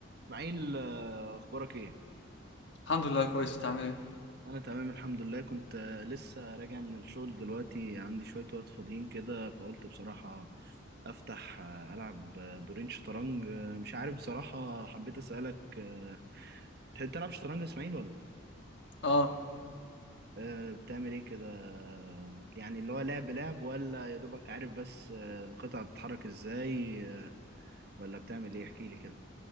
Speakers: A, on the right; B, on the left.
A: اسماعيل آه، اخبارك ايه
B: الحمد لله كويس انت عامل ايه
A: انا تمام الحمد لله كنت آه، لسه راجع من الشغل دلوقتي عندي شوية وقت فاضيين كده فقلت بصراحة افتح آه، العب آه، دورين شطرنج آه، مش عارف بصراحة حبيت اسألك آه، تحب تلعب شطرنج يا اسماعيل ولا
B: اه
A: آه، بتعمل ايه كده آه، يعني اللي هو لعب لعب ولا يا دوبك عارف بس آه، القطع بتتحرك ازاي آه، ولا بتعمل ايه احكي لي كده